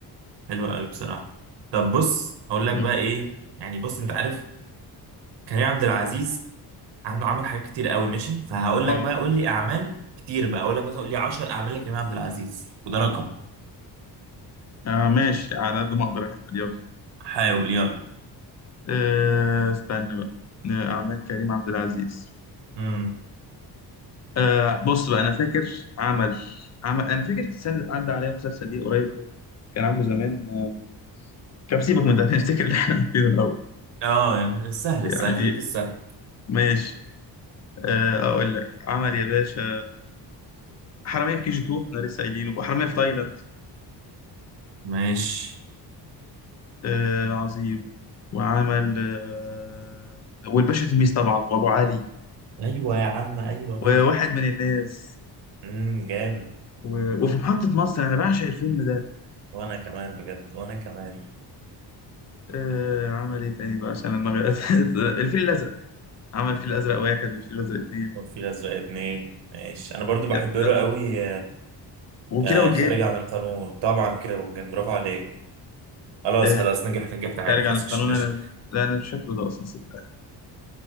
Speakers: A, on the right (about 80°); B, on the left (about 40°).
A: حلوة قوي بصراحة طب بص اقول لك
B: مم.
A: بقى ايه يعني بص انت عارف كريم عبد العزيز عنده عمل حاجات كتير قوي ماشي فهقول
B: اه
A: لك بقى قول لي اعمال كتير بقى اقول لك مثلا قول لي 10 اعمال لكريم عبد العزيز وده رقم
B: آه، ماشي على قد ما اقدر يا حبيبي يلا
A: حاول يلا
B: آه، استنى بقى آه، اعمال كريم عبد العزيز
A: امم
B: آه، بص بقى انا فاكر عمل عمل انا فاكر كان عدى عليا مسلسل ليه قريب هو كان عامله زمان آه، كان سيبك من ده نفتكر اللي احنا فيه الاول
A: اه يعني السهل
B: يعني
A: السهل خليك السهل
B: ماشي آه، اقول لك عمل يا باشا حرامية في كي جي 2 احنا لسه قايلينه وحرامية في تايلاند
A: ماشي
B: آه عظيم وعمل آه والباشا تلميذ طبعا وابو علي
A: ايوه يا عم ايوه
B: وواحد
A: كده
B: من الناس
A: امم جامد
B: و... وفي محطة مصر انا بعشق الفيلم ده
A: وانا كمان بجد وانا كمان
B: آه عمل ايه تاني بقى عشان دماغي <laughs> الفيل الازرق عمل الفيل الازرق واحد والفيل الازرق اتنين
A: وفي الازرق اتنين ماشي انا برضو
B: يا-
A: بحب له
B: يا-
A: قوي
B: وكيرة
A: آه
B: والجن
A: خارج عن القانون طبعا كده وجن برافو عليك خلاص
B: آه
A: خلاص نجحت نجحت عادي
B: خارج
A: خلاص
B: عن القانون
A: مش مش
B: انا لا انا مش فاكره ده اصلا صدقني <laughs>